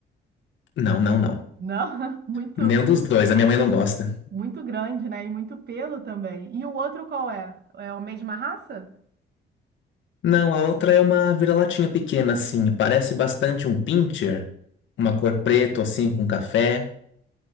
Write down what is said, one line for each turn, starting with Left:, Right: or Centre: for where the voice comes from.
Left: Não, não, não.
Right: Não, <laughs> muito,
Left: Nenhum dos dois, a minha mãe não gosta.
Right: muito grande, né? E muito pelo também. E o outro qual é? É a mesma raça?
Left: Não, a outra é uma vira-latinha pequena, assim, parece bastante um pincher, uma cor preto, assim, com café.